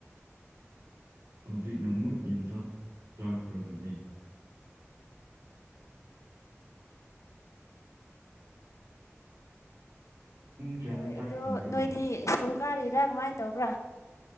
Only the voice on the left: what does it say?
ꯍꯣꯏ
ꯑꯗꯣ
ꯅꯣꯏꯗꯤ ꯁ꯭ꯀꯨꯜ ꯀꯥꯔꯤꯔꯥ ꯀꯃꯥꯏ ꯇꯧꯕ꯭ꯔꯥ